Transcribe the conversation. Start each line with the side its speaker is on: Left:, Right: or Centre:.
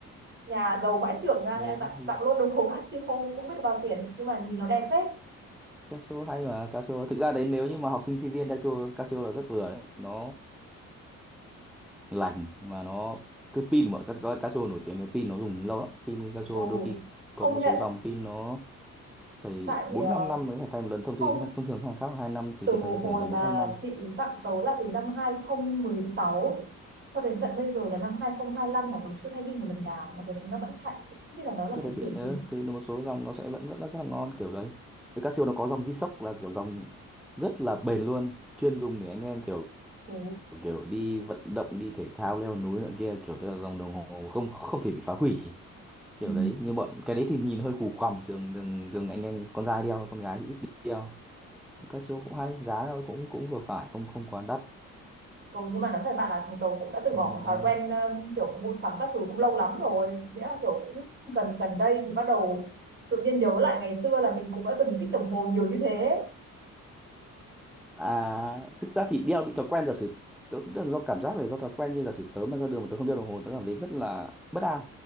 Right: nhà giàu bãi trưởng ra
Centre: ờ,
Right: nên là tặng
Centre: thì
Right: tặng luôn đồng hồ <laughs> Casio cũng biết được bao tiền nhưng mà nhìn nó đẹp phết
Centre: Casio hay mà Casio thực ra đấy nếu như mà học sinh sinh viên Casio Casio là rất vừa đấy nó lành mà nó thứ pin bọn Casio, Casio nổi tiếng là pin nó dùng lâu lắm pin Casio
Right: ồ
Centre: đôi khi có
Right: công
Centre: một
Right: nhận
Centre: số dòng pin nó phải
Right: tại
Centre: bốn
Right: ờ,
Centre: năm năm mới phải thay một lần thông thường
Right: không
Centre: thông thường hàng khác là hai năm thì
Right: từ
Centre: đến
Right: hồi
Centre: thằng ấy phải tầm
Right: mà
Centre: bốn năm năm
Right: chị ý tặng tớ là từ năm 2016 cho đến tận bây giờ là năm hai không hai lăm mà tớ chưa thay pin một lần nào mà tớ thấy nó vẫn chạy không biết là nó là
Centre: trước
Right: cái
Centre: đấy pin
Right: kiểu gì
Centre: nữa thì một số dòng nó sẽ vẫn vẫn là rất là ngon kiểu đấy với Casio nó có dòng G-Shock là kiểu dòng rất là bền luôn chuyên dùng để anh em kiểu
Right: ồ
Centre: kiểu, kiểu đi vận động đi thể thao leo núi nữa kia kiểu tức là dòng đồng hồ không không thể bị phá hủy
Right: ừ.
Centre: kiểu đấy như bọn cái đấy thì nhìn hơi củ quằm thường thường thường anh em con trai đeo con gái thì ít đeo các siêu cũng hay giá nó cũng cũng vừa phải không không quá đắt
Right: Ừ, nhưng mà nói thật bạn là chúng tôi cũng đã từ
Centre: còn
Right: bỏ cái thói
Centre: ờ,
Right: quen um, kiểu mua sắm các thứ cũng lâu lắm rồi nghĩa là kiểu cũng gần gần đây thì bắt đầu tự nhiên nhớ lại ngày xưa là mình cũng đã từng thích đồng hồ nhiều như thế
Centre: à thực ra thì đeo bị thói quen giả sử tớ cũng tức là do cảm giác này do thói quen như giả sử tớ mà ra đường mà tớ không đeo đồng hồ tớ cảm thấy rất là bất an